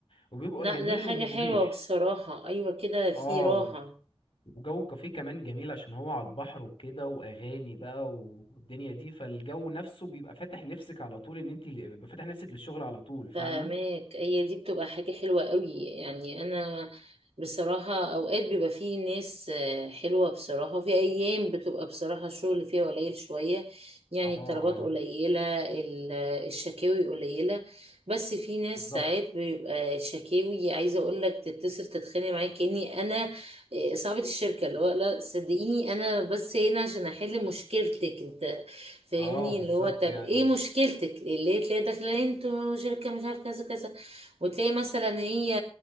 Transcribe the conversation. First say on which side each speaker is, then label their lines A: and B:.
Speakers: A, on the left; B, on the right.
A: وبيبقى
B: لا
A: جميل
B: ده حاجة
A: ومريح
B: حلوة بصراحة ايوه كده في
A: اه
B: راحة
A: و- وجو الكافيه كمان جميل عشان هو على البحر وكده واغاني بقى والدنيا دي فالجو نفسه بيبقى فاتح نفسك على طول ان انت اللي- بيبقى فاتح نفسك للشغل على طول فاهمة
B: فاهماك هي دي بتبقى حاجة حلوة قوي يعني أنا بصراحة أوقات بيبقى فيه ناس آه، حلوة بصراحة وفي أيام بتبقى بصراحة الشغل فيها قليل شوية يعني
A: اه
B: الطلبات
A: اه
B: قليلة ال- الشكاوي قليلة بس في ناس
A: بالظبط
B: ساعات بيبقى شكاوي عايزة أقولك تتصل تتخانق معايا كأني أنا آه، صاحبة الشركة اللي هو لا صدقيني أنا بس هنا عشان أحل مشكلتك أنت فاهمني
A: اه بالظبط
B: اللي هو طب
A: يعني
B: ايه مشكلتك اللي هي تلاقي داخله انتوا شركه مش عارف كذا كذا وتلاقي مثلا هي